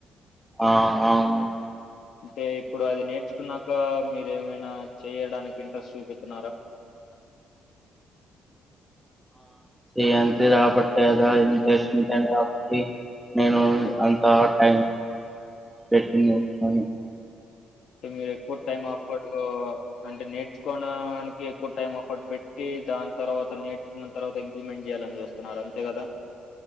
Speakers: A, in the centre; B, on the left.
A: ఆ అవు
B: అంటే ఇప్పుడు అది నేర్చుకున్నాక మీరు ఏమైనా చేయడానికి ఇంట్రెస్ట్ చూపితున్నారా
A: చే్యంత రాబట్టి కదా ఇంటెస్ ఉంటేని కాబట్టి నేను అంత టైం పెట్టిందించని
B: మీరు ఎక్కువ టైమ్ అఫడు అంటే నేర్చుకోడానికి ఎక్కువ టైం అఫర్ట్ పెట్టి దాని తర్వాత నేర్చుకున్న తర్వాత ఇంప్లిమెంట్ చేయాలని చూస్తున్నారు అంతే కదా